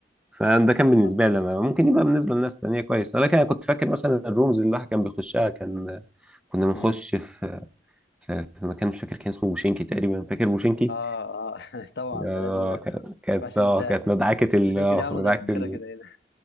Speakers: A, in the centre; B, on the left.
A: فده كان بالنسبه
B: اه
A: لي انا ممكن يبقى بالنسبه لناس تانيه كويس ولكن انا كنت فاكر مثلا الرومز اللي الواحد كان بيخشها كان كنا بنخش
B: مم.
A: في في في مكان مش فاكر كان اسمه بوشينكي تقريبا فاكر بوشينكي
B: اه اه <laughs> طبعا
A: آه،
B: ده لازم يعني
A: كا-
B: ما
A: كانت
B: ينفعش
A: اه
B: ننساها
A: كانت
B: دي
A: مدعكة ال
B: بوشينك
A: آه،
B: دي عامله
A: مدعكة
B: زي القاهره
A: ال
B: كده هنا